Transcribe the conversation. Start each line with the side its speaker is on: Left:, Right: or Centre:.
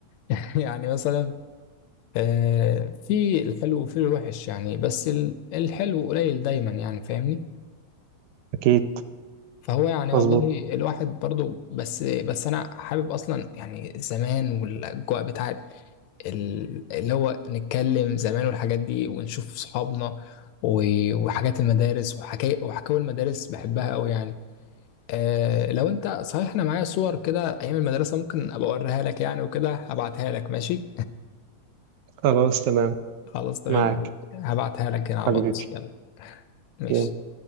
Left: <laughs> يعني مثلا آه، في الحلو وفي الوحش يعني بس ال- الحلو قليل دايما يعني فاهمني
Right: أكيد
Left: فهو يعني
Right: مظبوط
Left: والله الواحد برضو بس بس انا حابب اصلا يعني زمان والاجواء بتاعت ال- اللي هو نتكلم زمان والحاجات دي ونشوف صحابنا و- وحاجات المدارس وحكاية وحكاوي المدارس بحبها قوي يعني آه لو انت صحيح انا معايا صور كده ايام المدرسه ممكن ابقى اوريها لك يعني وكده هبعتها لك ماشي
Right: خلاص تمام
Left: خلاص تمام
Right: معاك
Left: هبعتها لك هنا على
Right: حبيبي
Left: الواتس يلا ماشي
Right: يلا.